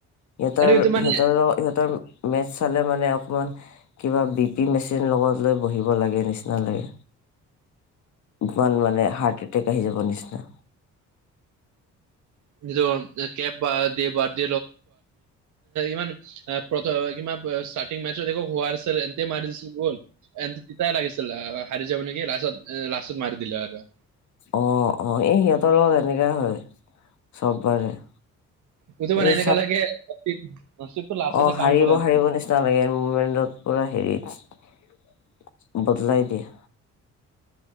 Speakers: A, on the left (about 70°); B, on the right (about 70°).
A: সিহঁতৰ
B: আৰু এইটো
A: সিহঁতৰ
B: মানে
A: সিহঁতৰ মেচ চালে মানে অকমান কিবা বি পি মেচিন লগত লৈ বহিব লাগে নিচিনা লাগে। ইমান মানে হাৰ্ট এটেক আহি যাব নিচিনা
B: <unintelligible> এই ইমান প্ৰথ ষ্টাৰ্টিং মেথচ দেখ হোৱা নাছিল এ মাৰি দিছিল গ'ল। এ তিতাই লাগিছিল হাৰি যাব নেকি লাষ্টত লাষ্টত মাৰি দিলে আৰু
A: অ অ এই সিহঁতৰ লগত এনেকা হয় চব বাৰে
B: বুজি পা
A: এই
B: নাই এনেকুৱা লাগে নি লাষ্টতে
A: অ হাৰিব
B: কাম কৰে আন
A: হাৰিব নিচিনা লাগে মুমেন্টত পুৰা হেৰিত বদলাই দিয়া